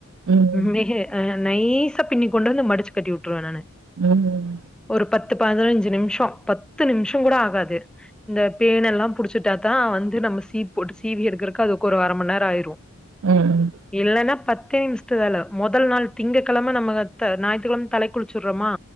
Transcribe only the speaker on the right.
ம், ம்,
ம்
ம்,